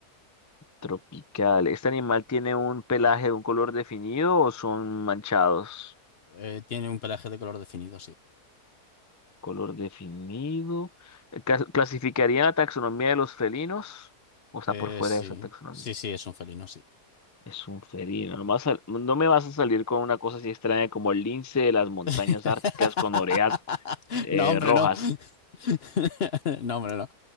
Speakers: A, on the left; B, on the left.
A: Tropical. ¿Este animal tiene un pelaje de un color definido o son manchados?
B: Eh, tiene un pelaje de color definido, sí.
A: Color definido. Ca- ¿Clasificaría en la taxonomía de los felinos? O está
B: Eh,
A: por fuera
B: sí,
A: de esa taxonomía.
B: sí, sí, es un felino, sí.
A: Es un felino. No, vas a- no me vas a salir con una cosa así extraña como el lince de las montañas
B: <laughs>
A: árticas con orejas eh,
B: No, hombre,
A: rojas.
B: no. <laughs> No, hombre, no.